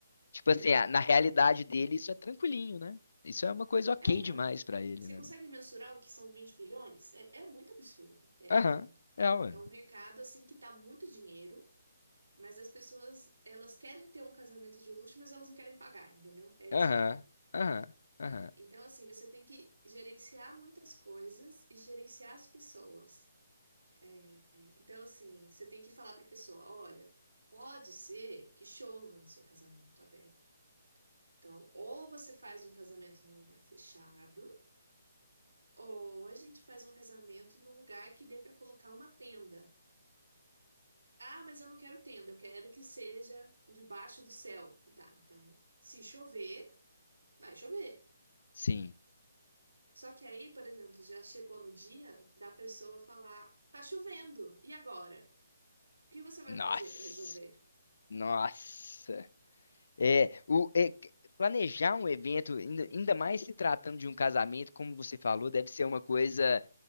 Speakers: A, on the left; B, on the right.
A: Tipo assim, ah, na realidade dele, isso é tranquilinho, né? Isso é uma coisa ok
B: É, então,
A: demais pra ele,
B: você
A: né?
B: consegue mensurar o que são 20 milhões? É, é muito absurdo. É,
A: Aham,
B: é,
A: é, mano.
B: é um mercado, assim, que tá muito dinheiro Mas as pessoas, elas querem ter um casamento de luxo, mas elas não querem pagar, entendeu? É
A: Aham,
B: esse o ponto.
A: aham, aham.
B: É, então, assim, você tem que gerenciar muitas coisas e gerenciar as pessoas. É, é, então, assim, você tem que falar para a pessoa: olha, pode ser que chova no seu casamento aberto. Então, ou você faz um casamento num lugar fechado, ou a gente faz um casamento num lugar que dê para colocar uma tenda. Ah, mas eu não quero tenda, eu quero que seja debaixo do céu. Tá, então, se chover, vai chover.
A: Sim.
B: Só que aí, por exemplo, já chegou no dia da pessoa falar: tá chovendo, e agora? O que você vai
A: Nossa,
B: fazer para resolver?
A: nossa. É, o, é, c- planejar um evento, ainda, ainda mais se tratando de um casamento, como você falou, deve ser uma coisa